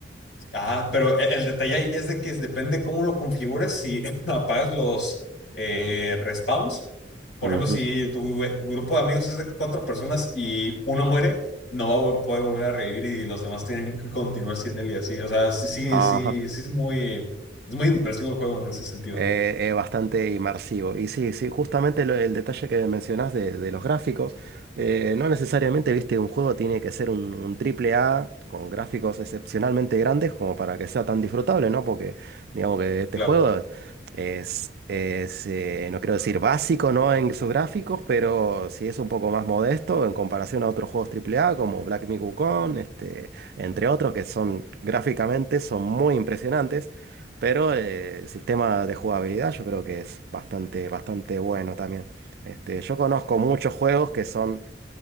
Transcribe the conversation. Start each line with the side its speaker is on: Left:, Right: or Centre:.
Left: Ah, pero e- el detalle ahí es de que es- depende cómo lo configures, si <laughs> apagas los eh, respawns. Por
Right: Ujú.
Left: ejemplo, si tu gru- grupo de amigos es de cuatro personas y uno muere, no va a vol- poder volver a revivir y los demás tienen que continuar sin él y así. O sea, sí, sí,
Right: Ajá.
Left: sí, sí es muy, es muy inmersivo el juego en ese sentido.
Right: Eh, eh, bastante inmersivo. Y sí, sí, justamente lo- el detalle que mencionás de, de los gráficos, eh, no necesariamente, viste, un juego tiene que ser un, un triple A con gráficos excepcionalmente grandes como para que sea tan disfrutable, ¿no? Porque digamos que este
Left: Claro.
Right: juego es, es, eh, no quiero decir básico, ¿no? En sus gráficos, pero sí es un poco más modesto en comparación a otros juegos triple A como Black Myth Wukong, este, entre otros que son gráficamente son muy impresionantes. Pero eh, el sistema de jugabilidad yo creo que es bastante, bastante bueno también. Este, yo conozco muchos juegos que son